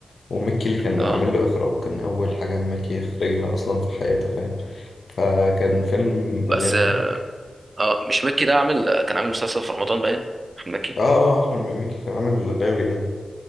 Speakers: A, on the left; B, on the right.
A: ومكي اللي كان
B: اه
A: عامل له اخراج كان اول حاجه مكي يخرجها اصلا في حياته فاهم فكان فيلم
B: بس
A: مليان ضحك
B: اه مش مكي ده عامل كان عامل مسلسل في رمضان باين احمد مكي
A: اه اه احمد مكي كان عامل الغاوي ده